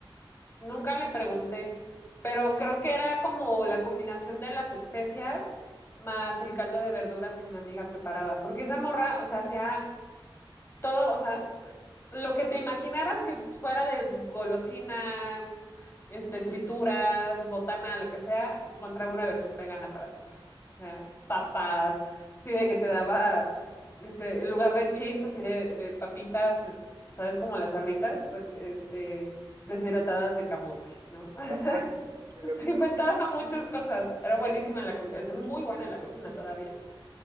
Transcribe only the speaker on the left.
Nunca le pregunté, pero creo que era como la combinación de las especias más el caldo de verduras que mi amiga preparaba, porque esa morra, o sea, hacía todo, o sea, lo que te imaginaras que fuera de golosina, este, frituras, botana, lo que sea, encontraba una versión vegana para hacerlo. O sea, papas, así de que te daba, este, en lugar de chips, así de, de papitas, ¿sabes? Como las Sabritas, pues, este, deshidratadas de camote, ¿no? <laughs>
Se inventaba muchas cosas. Era buenísima en la comida, es muy buena en la cocina todavía.